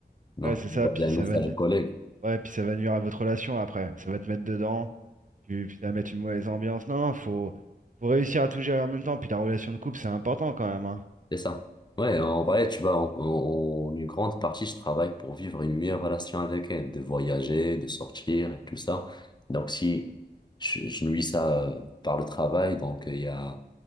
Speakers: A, on the left; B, on the right.
A: Donc,
B: Ouais, c'est ça.
A: on
B: Puis
A: va un
B: ça
A: message
B: va, nu-
A: au collègue.
B: ouais, puis ça va nuire à votre relation après. Ça va te mettre dedans. Tu, puis ça va mettre une mauvaise ambiance. Non, non, faut, faut réussir à tout gérer en même temps. Puis la relation de couple, c'est important quand même, hein.
A: C'est ça. Ouais, en vrai, tu vois, en, en- en une grande partie, je travaille pour vivre une meilleure relation avec elle, de voyager, de sortir et tout ça. Donc, si je, je nuis ça euh, par le travail, donc euh, il y a,